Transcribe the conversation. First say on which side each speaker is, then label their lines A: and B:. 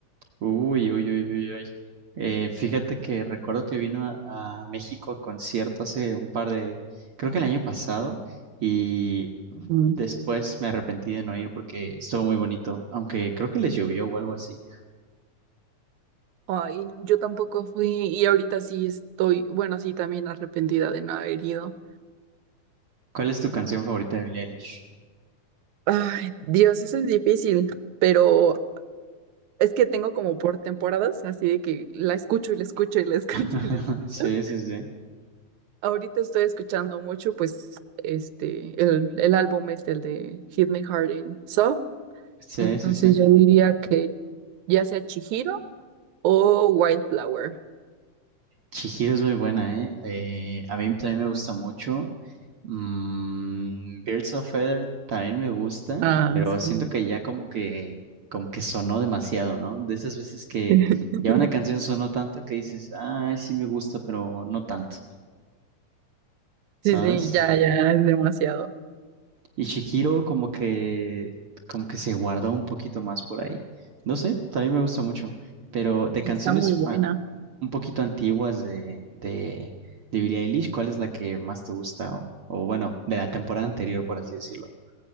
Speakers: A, on the right (about 60°); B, on the right (about 75°).
A: uy, uy, uy, uy, uy. Eh, fíjate que recuerdo que vino a, a México a concierto hace un par de, creo que el año pasado, y
B: Mm.
A: después me arrepentí de no ir porque estuvo muy bonito, aunque creo que les llovió o algo así.
B: Ay, yo tampoco fui y ahorita sí estoy, bueno, sí también arrepentida de no haber ido.
A: ¿Cuál es tu canción favorita de Billie Eilish?
B: Ay, Dios, eso es difícil, pero es que tengo como por temporadas, así de que la escucho y la escucho y la <laughs> escucho
A: <laughs>
B: y la escucho.
A: Sí, sí, sí.
B: Ahorita estoy escuchando mucho, pues, este, el, el álbum es el de Hit Me Hard and Soft,
A: Sí,
B: entonces
A: sí, sí.
B: yo diría que ya sea Chihiro o Wildflower.
A: Chihiro es muy buena, ¿eh? Eh, a mí también me gusta mucho. Mm, Birds of Feather también me gusta,
B: Ah,
A: pero
B: sí.
A: siento que ya como que, como que sonó demasiado, ¿no? De esas veces que
B: <laughs>
A: ya una canción sonó tanto que dices, ay, sí me gusta, pero no tanto, ¿sabes?
B: Sí, sí, ya, ya es demasiado.
A: Y Shikiro como que, como que se guardó un poquito más por ahí. No sé, también me gusta mucho. Pero de canciones
B: Y está muy buena.
A: ah, un poquito antiguas de, de, de Billie Eilish, ¿cuál es la que más te gusta? O, o bueno, de la temporada anterior, por así decirlo.